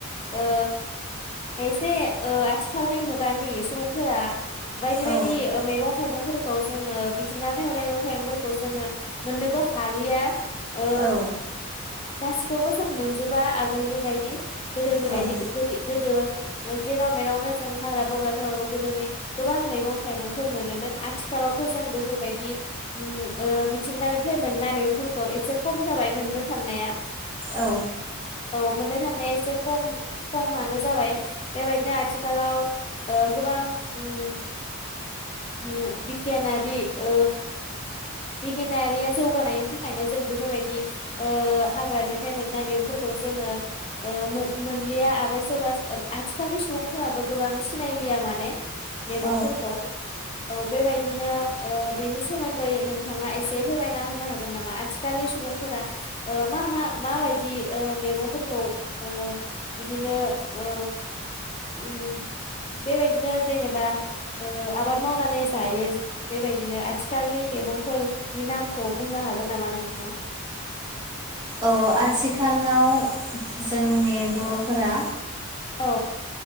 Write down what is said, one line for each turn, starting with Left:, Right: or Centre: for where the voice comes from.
Left: ओ एसे आथिखालनि मुगानि सुबुंफोरा बायदि बायदि
Right: औ
Left: मैगं थाइगंफोरखौ जोंङो मिथिनानै मोननाय मैगं थाइगंफोरखौ जोंङो मोनानोबो हालिया ओ
Right: औ
Left: गासिखौबो जों मोनजोबा आगोलनि बायदि गोदोनि
Right: औ
Left: बायदि गो गोदो जेराव मेरावनो जों हाग्रा बंग्राफोराव गोदोनि गोबां मैगं थाइगंफोर मोनोमोन आथिखालावथ जों बेफोरबायदि उम ओ मिथिंगानिफ्राय मोनाय मैगंफोरखौ एसे खम जाबाय मोननो थांनाया
Right: औ
Left: औ मोननो थांनाया एसे खम खमानो जाबाय बेबायदिनो आथिखालाव ओ गोबां उम उम बिगियानारिओ बिगियारिया जौगानायनि थाखायनो जों बेफोरबायदि ओ हाग्रानिफ्राय मोननाय मैगंफोरखौ जोंङो ओ मोन मोनलिया आरो सोरबा सो आथिखालनि सुबुंफोराबो गोबां सिनायलिया माने मैगंफोरखौ
Right: औ
Left: औ बेबायदिनो ओ बेनि सोमन्दै नों थांङा एसे फोरमायना होनो हागोन नामा आथिखालनि सुबुंफोरा ओ मा मा माबायदि ओ मैगंफोरखौ ओ बिदिनो ओ उम बेबायदिनो जेनेबा ओ आबाद मावनानै जायो बेबायदिनो आथिखालनि मेगं फोरनि नामखौ बुंनो हागोन नामा नोंथांङा
Right: औ आथिखालाव जोंनि बरफोरा
Left: औ